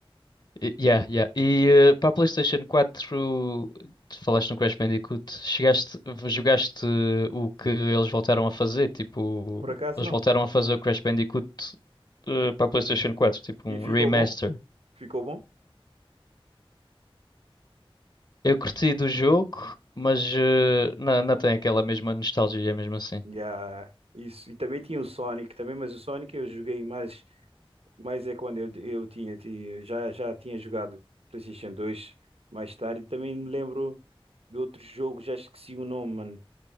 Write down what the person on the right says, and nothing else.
Por acaso
não.
E
ficou
bom? Ficou bom?
Yeah. Isso. E também tinha o Sonic também, mas o Sonic eu joguei mais, mais é quando eu, eu tinha, tinha- já, já tinha jogado PlayStation 2 mais tarde. Também me lembro de outro jogo, já esqueci o nome, mano.